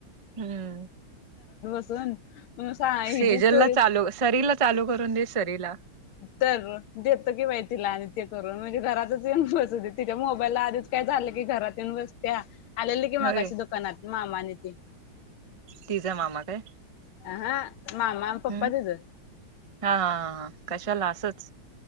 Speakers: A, on the right; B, on the left.
A: हम्म,
B: <unintelligible>
A: सेजल
B: जी स्टोरी
A: ला चालू सरीला चालू करून दे सरीला,
B: तर देतो कि बाई तिला आणि ते करून म्हणजे घरातंच येऊन बसू दे तिच्या मोबाईलला आधीच, काय झालं की घरात येऊन बसत्या, आलेली की
A: होय
B: मगाशी दुकानात मामा आणि ती.
A: तीझा मामा काय?
B: अ हा मामा आणि पप्पा
A: हम्म
B: तिचं
A: हा हा हा कशाला असच.